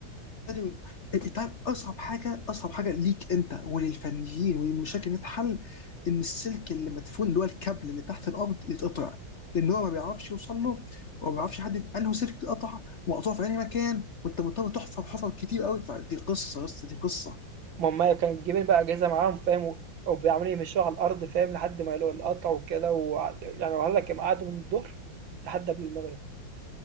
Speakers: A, on the left; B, on the right.
A: لازم طيب اصعب حاجه اصعب حاجه ليك انت وللفنيين وللمشاكل اللي تتحل ان السلك اللي مدفون اللي هو الكابل اللي تحت الارض يتقطع لان هو ما بيعرفش يوصل له وما بيعرفش يحدد انه سلك اتقطع وقطعه في انهي مكان وانت مضطر تحفر حفر كتير قوي فدي قصه يا اسطى دي قصه
B: ما هُم كانوا جايبين بقى أجهزة معاهم فاهم، وعمالين يمشوها على الأرض فاهم، لحد ما يلاقوا القطع وكده وقعد يعني وقال لك قعدوا من الضهر لحد قبل المغرب،